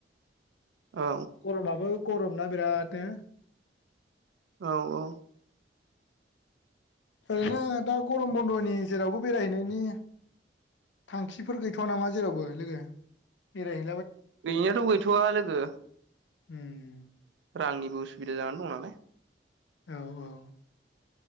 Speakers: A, on the right; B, on the left.
A: औ
B: गरमाबो गरमना बिरादनो।
A: औ औ।
B: ओरैनो दा गरम बन्द'नि जेरावबो बेरायहैनायनि थांखिफोर गैथ'वा नामा जेरावबो लोगो बेराय
A: गैनायाथ' गैथ'वआ लोगो।
B: उम
A: रांनिबो उसुबिदा जानानै दं नालाय।
B: औ औ।